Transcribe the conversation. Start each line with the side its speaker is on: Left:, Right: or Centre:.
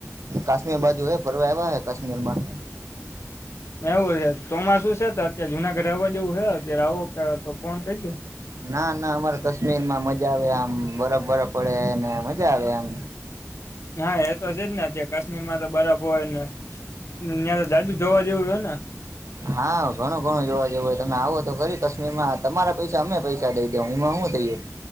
Right: કાશ્મીર બાજુ હ ફરવા આવ્યા હ કાશ્મીર માં.
Left: એવું છે ચોમાસું છે, તો અત્યારે જુનાગઢ રહેવા જેવું હ અત્યારે આવો તો ફોન કજો.
Right: ના ના અમારે કાશ્મીર માં મજા આવે આમ બરફ બરફ પડેને મજા આવે એમ.
Left: હા, એતો છેજ ને અ કાશ્મીરમાં તો બરફ હોય ને ત્યાં તો જાજુ જોવા જેવું હોયને.
Right: હા, ઘણું ઘણું જોવા જેવું હોય તમે આવો તો ફરી કાશ્મીર માં તમારા પૈસા અમે <unintelligible> એમા હુ થયુ.